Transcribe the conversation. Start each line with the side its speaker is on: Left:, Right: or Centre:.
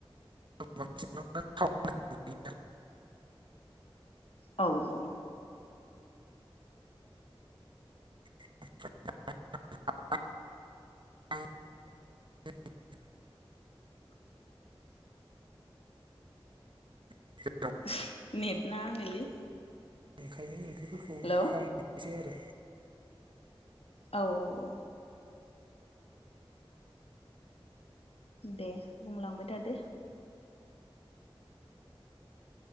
Right: बांसिनानो <unintelligible> होयो
Left: औ अ।
Right: <unintelligible>
Left: <inaudible>
Right: <unintelligible>
Left: <unintelligible> नेट नाङाखैलै।
Right: ओंखायनो ओंख्रिफोरखौ
Left: हेलौ
Right: खम <unintelligible> आरो।
Left: औ औ औ। दे बुंलांबाय थादो।